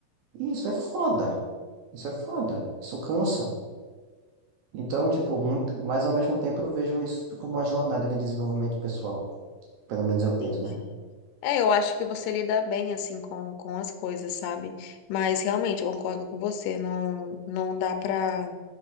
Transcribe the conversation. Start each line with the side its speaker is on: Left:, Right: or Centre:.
Right: E Isso é foda. Isso é foda. Isso cansa. Então, tipo, muito... mas ao mesmo tempo eu vejo isso como uma jornada de desenvolvimento pessoal. Pelo menos
Left: entendi.
Right: eu tento, né?
Left: É, eu acho que você lida bem assim com, com as coisas, sabe? Mas realmente eu concordo com você, não não dá pra.